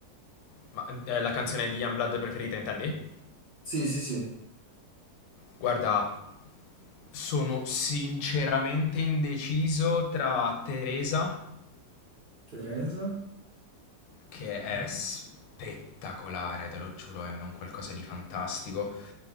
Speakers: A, on the left (about 85°); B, on the right (about 70°).
A: Ma eh, la canzone di Youngblood preferita, intendi?
B: Sì, sì, sì.
A: Guarda, sono sinceramente indeciso tra Teresa
B: Teresa?
A: che
B: Ok.
A: è spettacolare, te lo giuro, è un qualcosa di fantastico.